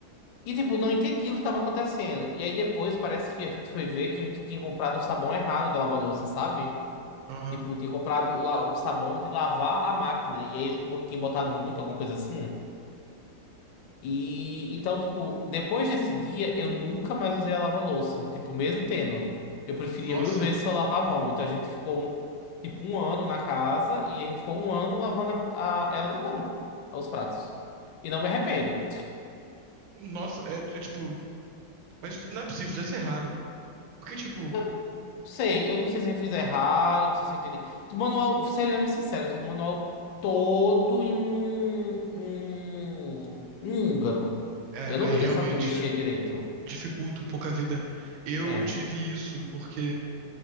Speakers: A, on the left; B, on the right.
A: E, tipo, não entendi o que estava acontecendo. E aí depois parece que a gente foi ver que a gente tinha comprado o sabão errado da lava-louça, sabe?
B: Aham.
A: Tipo, tinha comprado o, la- o sabão de lavar a máquina. E aí a gente bot- tinha botado muito, alguma coisa assim. E então, tipo, depois desse dia, eu nunca mais usei a lava-louça. Tipo, mesmo tendo. Eu preferia
B: Nossa.
A: mil vezes só lavar a mão. Então a gente ficou, um, tipo, um ano na casa e a gente ficou um ano lavando a, a- ela na mão, os pratos. E não me arrependo.
B: Nossa, é, é tipo. Mas não é possível, deve ser raro. Porque, tipo,
A: Eu não sei, eu não sei se eu fiz errado, não sei se eu entendi. O manual, sério, sendo sincero, o manual todo em, em, em húngaro.
B: é,
A: Eu
B: aí
A: não ia
B: realmente
A: saber mexer direito.
B: dificulta um pouco a vida. Eu
A: É.
B: tive isso porque